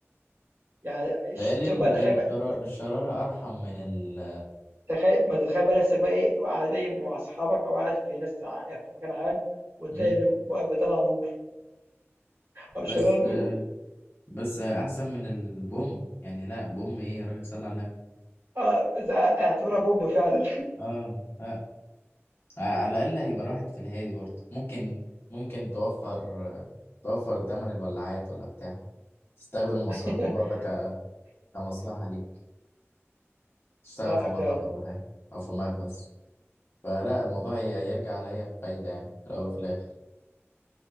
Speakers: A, on the right; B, on the left.
A: يعني
B: بقالي
A: ش تشوف
B: ال-
A: بقى تخيل
B: الشرا...
A: بقى
B: الشرارة أرحم من ال
A: تخيل ما تتخيل بقى نفسك بقى إيه، قاعد بقى إيه مع أصحابك أو قاعد في ناس ع في مكان عام وتلاقي
B: مم.
A: إن بُقك بيطلّع نور أو
B: بس
A: شرارة نور
B: بس أحسن من البوم يعني لا بوم ايه يا راجل صلى على النبي
A: آه، إذا اعتبرها بومب فعلًا
B: اه آه. على الأقل هيبقى الواحد في الهادي برضه ممكن ممكن توفر توفر تمن الولاعات ولا بتاع تستخدم المصر-
A: <laughs>
B: الموضوع ده ك... كمصلحة ليك تشتغل
A: صح
B: في مطعم
A: فعلًا،
B: ولا حاجة أو في مخبز فلا الموضوع ي- يرجع عليا بفايدة يعني في الأول وفي الآخر